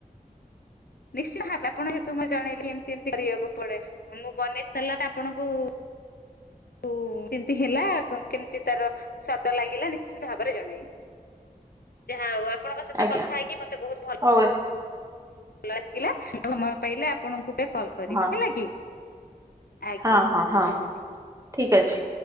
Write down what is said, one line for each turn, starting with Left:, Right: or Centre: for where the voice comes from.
Left: ନିଶ୍ଚୟ ଭାବେ ଆପଣ ଯେହେତୁ ମତେ ଜଣେଇଲି ଏମିତି ଏମତି କରିବାକୁ ପଡେ ମୁଁ ବନେଇ ସରିଲାରେ ଆ ଆପଣଙ୍କୁ ଉ କେମତି ହେଲା କେମିତି ତାର ସ୍ଵାଦ ଲାଗିଲା ନିଶ୍ଚିନ୍ତ ଭାବରେ ଜଣେଇବି ଯାହା ହୋଉ। ଆପଣଙ୍କ ସହିତ
Right: ଆଜ୍ଞା
Left: କଥା ହେଇକି ମୋତେ ବହୁତ ଭଲ
Right: ହଉ
Left: <inaudible> <unintelligible> ପାଇଲେ ଆପଣଙ୍କୁ ଏବେ କଲ୍ କରିବି
Right: ହଁ
Left: ହେଲା କି। ଆଜ୍ଞା
Right: ହଁ ହଁ ହଁ
Left: ରଖୁଛି।
Right: ଠିକ ଅଛି।